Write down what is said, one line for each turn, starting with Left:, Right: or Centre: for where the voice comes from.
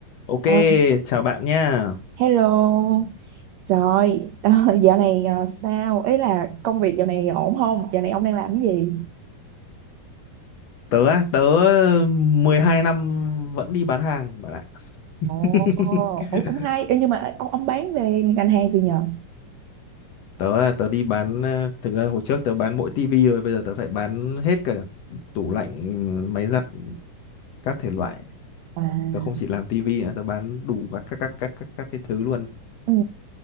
Left: Ok,
Right: Ờ,
Left: chào bạn nha.
Right: Hello, rồi ờ, <laughs> dạo này ờ, sao? Ý là công việc dạo này ổn không? Dạo này ông đang làm cái gì?
Left: Tớ á, tớ 12 năm vẫn đi bán hàng bạn ạ.
Right: Ồ,
Left: <laughs>
Right: ồ cũng hay. Ê, nhưng mà ông ông bán về ngành hàng gì nhờ?
Left: Tớ là tớ đi bán ờ, thực ra hồi trước tớ bán mỗi tivi rồi, bây giờ tớ phải bán hết cả tủ lạnh, máy giặt các thể loại.
Right: À,
Left: Tớ không chỉ làm tivi nữa, tớ bán đủ các các các các các, các cái thứ luôn.
Right: ừ,